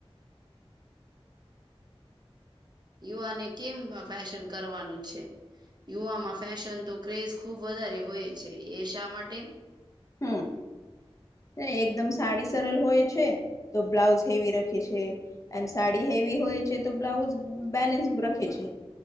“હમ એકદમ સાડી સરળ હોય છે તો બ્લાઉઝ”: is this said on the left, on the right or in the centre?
Left